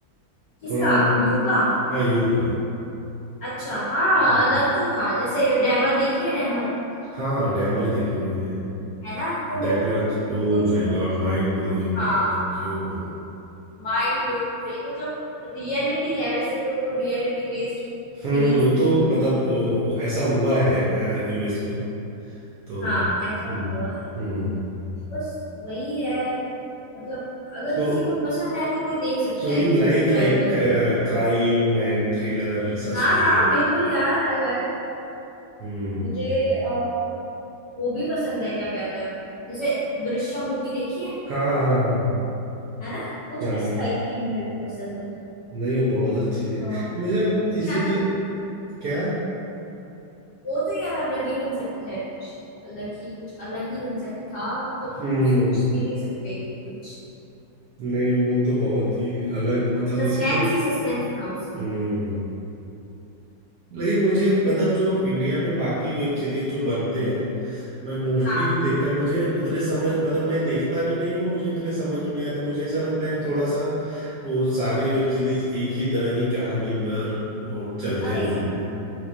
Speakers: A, on the left; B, on the right.
A: किसका
B: थोड़ा नया
A: यू का
B: यू का
A: अच्छा हाँ
B: हम्म।
A: अलग तो था जैसे डैमर देखी है डैमर
B: हाँ डैमर देखी हुई है
A: है ना तो मेरे
B: That
A: को
B: was oh
A: कुछ
B: my
A: कुछ
B: god mind blowing
A: हाँ
B: क्यों
A: माइंड ब्लोइंग भाई मतलब रियलिटी है वैसे तो वो रियलिटी बेस्ड
B: हम्म
A: सीरीज
B: वो
A: थी
B: तो
A: वो
B: मतलब वो, वो ऐसा हुआ है यूएस में तो
A: हाँ
B: Hmm
A: ऐसा हुआ है
B: Hmm
A: बस वही है मतलब अगर
B: So
A: किसी को पसंद है तो कोई देख सकता
B: सो
A: है
B: you
A: किसी
B: लाइक
A: को क्राइम
B: like
A: वगैरह
B: crime and thriller suspense
A: हाँ हाँ बिल्कुल यार आई लाइक
B: Hmm
A: मुझे अ, वो भी पसंद है क्या कहते हैं जैसे दृश्यम मूवी देखी है
B: हाँ हाँ हाँ
A: है ना कुछ
B: हाँ
A: इस
B: हाँ।
A: टाइप की भी मेरे को पसंद है
B: नहीं वो बहुत अच्छी है
A: अ,
B: मुझे इसीलिए
A: है ना
B: क्या
A: वो तो यार अलग ही कंसेप्ट है कुछ अलग ही कुछ अलग ही कंसेप्ट था मतलब
B: हम्म
A: हम सोच भी नहीं सकते कुछ
B: नहीं वो तो बहुत ही अलग मतलब
A: सस्पेंस
B: इसीलिए तो
A: ही सस्पेंस था उसमें
B: हम्म लेकिन मुझे मतलब जो इंडिया में बाकी वेब सीरीज जो बनते हैं मैं मोस्टली
A: हाँ
B: तो देखता मुझे उतने समझ मतलब मैं देखता भी नहीं हूँ मुझे उतने समझ भी नहीं आते मुझे ऐसा लगता है कि थोड़ा सा वो सारे वेब सीरीज एक ही तरह की कहानी पर वो चलते
A: अरे
B: जाते हैं